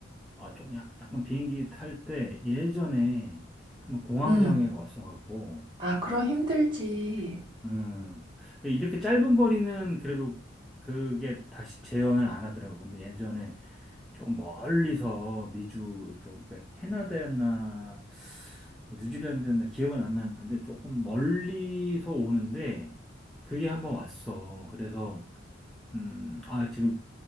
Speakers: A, in the centre; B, on the right.
A: 아, 조금 약, 약간 비행기 탈 때 예전에 한번 공황장애가
B: 응.
A: 왔어갖고,
B: 아, 그럼 힘들지.
A: 음, 이렇게 짧은 거리는 그래도 그게 다시 재현을 안 하더라고. 근데 예전에 좀 멀리서 미주 쪽, 그러니까 캐나다였나, 뭐 뉴질랜드였나 기억은 안 나는데 조금 멀리서 오는데 그게 한번 왔어. 그래서, 음, 아, 지금